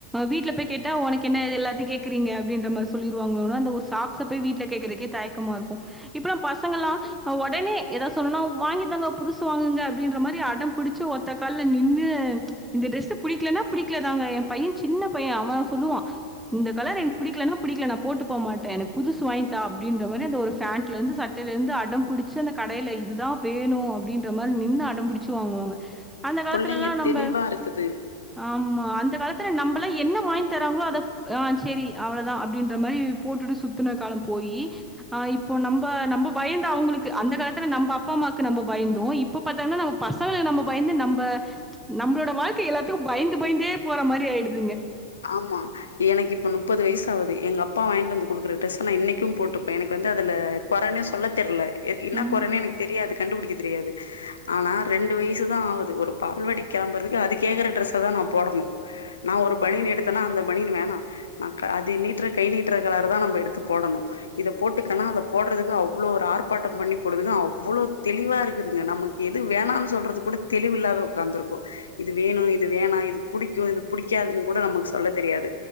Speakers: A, in the centre; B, on the left (about 70°).
A: வீடல போய் கேட்டா உனக்கு என்ன எல்லாத்தையும் கேக்குறீங்க அப்படின்ற மாதிரி சொல்லிருவாங்க அந்த ஒரு சாக்ஸ போய் வீட்ல கேக்குறது தயக்கமா இருக்கும் இப்பல்லாம் பசங்க எல்லாம் உடனே ஏதாவது சொன்னும்னா வாங்கி தாங்க புதுசு வாங்குங்க அப்படின்ற மாதிரி அடம் புடிச்சு ஒத்த கால்ல நின்னு இந்த டிரரெஸ் புடிக்கலன்னா புடிக்கலதாங்க என் பையன் சின்ன பையன் அவன் சொல்லுவான் இந்த கலர் எனக்கு பிடிக்லனா பிடிக்ல நா போட் டு போ மாட்டே எனக்கு புதுசு வாங் தா அப்டின்ற மாரி அந்த ஒரு ஃபேண்ட்லந்து சட்டைலேந்து அடம் புடிச்சு அந்த கடைல இதுதா வேணு அப்டின்ற மாரி நின்னு அடம்பிடிச்சு வாங்குவாங்க அந்த காலத்துலலா
B: புள்ளைங்க
A: நம்ம
B: தெளிவா இருக்குது
A: ஆமா அந் காலத்துல நம்பலா என்ன வாங்கி தராங்களோ அத ஆ செரி அவ்ளதா அப்டின்ற மரி போட்டுட்டு சுத்துன கால போயி ஆ இப்போ நம்ப நம்ப பயந்து அவங்குளுக் கு அந்த காலத்துல நம்ப அப்பாம்மாக்கு நம்ப பயந்தோ இப்ப பத்தங்னா நம்ம பசங்ளுக்கு நம்ப பயந்து நம்ப நம்ளோட வாழ்க்க எல்லாத்துக்கு பயந்து பயந்தே போற மாரி ஆயிடுது
B: ஆமா எனக்கு இப்ப முப்பது வய்ஸ் ஆவுது எங்கப்பா வாங்ட் வந்து குடுக்ற டிரஸ்ஸ நா இன்னைக்கு போட்டுப்பே எனக்கு வந்து அதுல கொறனே சொல்ல தெர்ல என் என்ன
A: ம்.
B: கொறனே எனக்கு தெரியாது கண்டுபுடிக்க தெரியாது ஆனா ரெண்டு வய்சுதா ஆவுது ஒரு பால்வாடி கெளம்பர்துக்கு அது கேக்கற டிரஸ தா நா போடணு நா ஒரு பனியன் எடுத்தனா அந்த பனியன் வேணா நா அது நீட்ற கை நீட்ற கலரு தா நம்ப எடுத்து போடணு இத போட்டுக்கன்னா அத போட்றதுக்கு அவ்ளோ ஒரு ஆர்ப்பாட்ட பண்ணி போடுதுங்க அவ்ளோ தெளிவாருக்குதுங்க நமக்கு எது வேணான் சொல்றது கூட தெளிவில்லாத உக்காந்துருக்கோ இது வேணு இது வேணா இது புடிக்கு இது புடிக்காது கூட நமக்கு சொல்ல தெரியாது